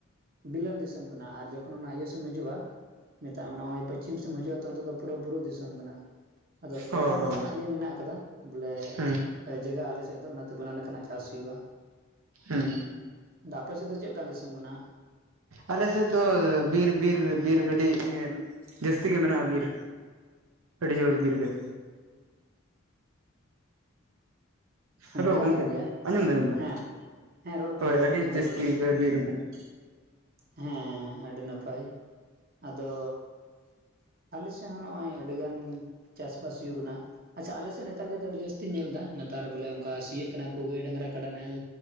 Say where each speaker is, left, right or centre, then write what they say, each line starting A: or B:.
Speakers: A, on the right (about 45°); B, on the right (about 85°).
A: ᱵᱤᱞᱚᱱ ᱫᱤᱥᱚᱢ ᱠᱟᱱᱟ ᱟᱨ ᱡᱚᱠᱷᱚᱱ ᱚᱱᱟ ᱤᱭᱟ ᱥᱮᱢ ᱦᱤᱡᱩᱜᱼᱟ ᱢᱮᱛᱟᱜ ᱢᱮ ᱱᱚᱜᱼᱚᱭ ᱯᱚᱥᱪᱷᱤᱢ ᱥᱮᱡ ᱦᱤᱡᱩᱜᱼᱟ ᱛᱚ ᱚᱱᱛᱮ ᱫᱚ ᱯᱩᱨᱟ ᱵᱩᱨᱩ ᱫᱤᱥ <unintelligible> ᱟᱫᱚ
B: ᱦᱳᱭ
A: ᱵᱟᱱᱟᱨ
B: ᱦᱳᱭ
A: ᱞᱮᱠᱟᱱᱟᱜ ᱜᱮ ᱢᱮᱱᱟᱜ ᱟᱠᱟᱫᱟ᱾ ᱵᱚᱞᱮ
B: ᱦᱩᱸ
A: ᱡᱟᱜᱟ ᱟᱞᱮᱥᱮᱫ ᱫᱚ ᱚᱱᱟᱛᱮ ᱵᱟᱱᱟᱨ ᱞᱮᱠᱟᱱᱟᱜ ᱪᱟᱥ ᱦᱩᱭᱩᱜᱼᱟ᱾
B: ᱦᱩᱸ
A: ᱟᱫᱚ ᱟᱯᱮ ᱥᱮᱫ ᱫᱚ ᱪᱮᱫᱠᱟᱱ ᱫᱤᱥᱚᱢ ᱠᱟᱱᱟ?
B: ᱟᱞᱮᱥᱮᱫ ᱫᱚ ᱵᱤᱨ ᱵᱤᱨ ᱵᱤᱨ ᱠᱟᱹᱴᱤᱡ ᱡᱟᱹᱥᱛᱤ ᱜᱮ ᱢᱮᱱᱟᱜᱼᱟ ᱵᱤᱨ᱾ ᱟᱹᱰᱤ ᱡᱚᱨ ᱵᱤᱨ ᱜᱮ᱾ ᱦᱮᱞᱳ
A: ᱚᱱᱠᱟ
B: ᱜᱚᱝᱠᱮ
A: ᱠᱟᱱ ᱜᱮᱭᱟ
B: ᱟᱸᱡᱚᱢ ᱫᱟᱵᱤᱱ ᱛᱚ
A: ᱦᱮᱸ, ᱦᱮᱸ ᱨᱚᱲ ᱵᱮᱱ
B: ᱦᱳᱭ
A: ᱟᱸᱡᱚᱢᱮᱫ
B: ᱟᱹᱰᱤ
A: ᱠᱟᱱ ᱜᱮᱭᱟᱞᱤᱧ
B: ᱡᱟᱹᱥᱛᱤ
A: ᱾
B: ᱜᱮ ᱵᱤᱨ ᱢᱮᱱᱟᱜᱼᱟ
A: ᱦᱮᱸ ᱟᱹᱰᱤ ᱱᱟᱯᱟᱭ, ᱟᱫᱚ ᱟᱞᱮ ᱥᱮᱫ ᱦᱚᱸ ᱱᱚ-ᱚᱭ ᱟᱹᱰᱤ ᱜᱟᱱ ᱪᱟᱥᱵᱟᱥ ᱦᱩᱭᱩᱜ ᱠᱟᱱᱟ ᱾ ᱟᱪᱪᱷᱟ ᱟᱞᱮ ᱥᱮᱫ ᱱᱮᱛᱟᱨ ᱜᱮᱛᱚ ᱟᱹᱰᱤ ᱡᱟᱹᱥᱛᱤᱧ ᱧᱮᱞ ᱮᱫᱟ ᱱᱮᱛᱟᱨ ᱵᱚᱞᱮ ᱚᱱᱠᱟ ᱥᱤᱭᱟᱹᱜ ᱠᱟᱱᱟ ᱠᱚ ᱜᱟᱹᱭ ᱰᱟᱝᱨᱟ ᱠᱟᱰᱟ ᱱᱟᱦᱮᱞ